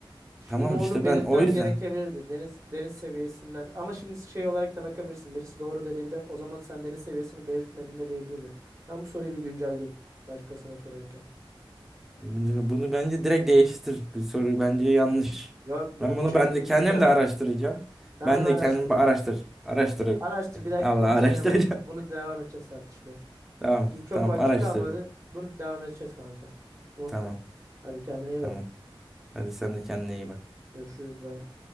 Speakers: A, on the right; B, in the centre.
A: Şimdi
B: Tamam
A: onu
B: işte
A: belirtmem
B: ben o yüzden
A: gerekebilirdi. Deniz deniz seviyesinden. Ama şimdi şey olarak da bakabilirsin. Birisi doğru dediğinde o zaman sen deniz seviyesini belirtmediğinde diyebilirdi. Ben bu soruyu bir güncelleyeyim başkasına sorarken.
B: bunu, bunu bence direkt değiştir. Bu soru bence yanlış.
A: Yok bunu
B: Ben bunu
A: ChatGPT
B: ben de kendim
A: yazdı.
B: de araştıracağım.
A: Sen
B: Ben
A: bunu araştır.
B: de kendim araştır araştır.
A: Araştır bir dahaki
B: Allah
A: konuşmaya
B: araştıracağım.
A: bunu bunu devam edeceğiz tartışmaya.
B: <laughs> Tamam
A: Şimdi çok
B: tamam
A: vaktim
B: araştıracağım.
A: kalmadı. Bunu devam edeceğiz kanka. Unutma.
B: Tamam
A: Hadi kendine iyi
B: tamam.
A: bak.
B: Hadi sen de kendine iyi bak.
A: Görüşürüz. Bye.